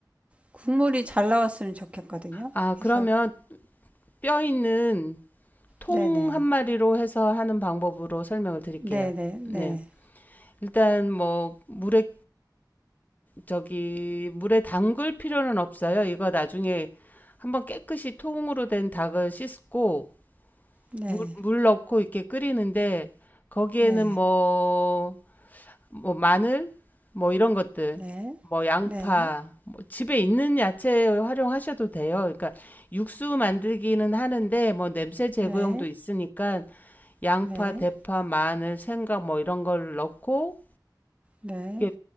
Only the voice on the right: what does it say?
국물이 잘 나왔으면 좋겠거든요.
그래서
네네
네네 네
네
네
네네
네
네
네